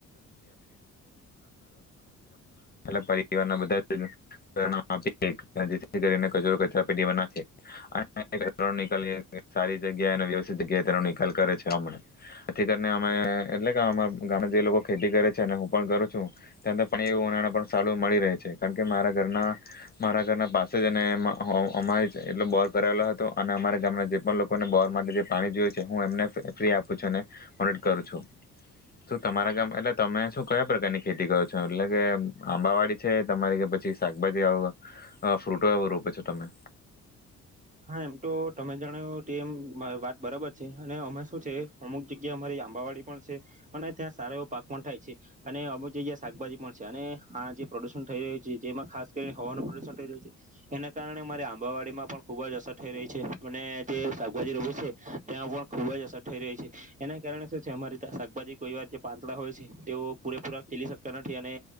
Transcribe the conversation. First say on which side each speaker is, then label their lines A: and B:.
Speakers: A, on the left; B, on the right.
A: પરરના <unintelligible> <unintelligible> કચરો કચરાપેટીમાં જ નાખીયે સારી જગ્યા અને વ્યવસ્થિત જગ્યાએ તેનો નિકાલ કરે છે હમણાં ખેતરની અને એટલે કે અ ગામ જે લોકો ખેતી કરે છે અને હું પણ કરું છું ત્યા એવુ સારું મળી રહે છે કારણ કે મારા ઘરના, મારા ઘરના પાસે જ અને અમારે એટલો બોર કરાવેલો હતો અને અમારા ગામના જે પણ લોકોને બોર માટે જે પાણી જોયું છે હું એમને ફ્રી આપું છું અને મદદ કરું છું તો તમારા ગામ એટલે તમે શું કયા પ્રકારની ખેતી કરો છો એટલે કે આંબાવાડી છે તમારી કે પછી શાકભાજી આવ ફ્રૂટો આવો રોપે છો તમે?
B: હા એમ તો તમે જણાવો તેમ વાત બરાબર છે અને અમે શું છે અમુક જગ્યા અમારી આંબાવાડી પણ છે અને ત્યાં સારા એવો પાક પણ થાય છે અને અમુક જગ્યા શાકભાજી પણ છે અને હા જે પ્રદુષણ થઈ રહ્યું છે જેમાં ખાસ કરીને હવાનું પ્રદુષણ થઈ રહ્યું છે એના કારણે અમારે આંબાવાડીમાં પણ ખૂબ જ અસર થઈ રહી છે અને જે શાકભાજી રોપી છે ત્યાં પણ ખૂબ જ અસર થઈ રહી છે એના કારણે શું છે અમારી શાકભાજી કોઈ વાર જે પાંતળા હોય છે તેઓ પૂરેપૂરા ખીલી શકતા નથી અને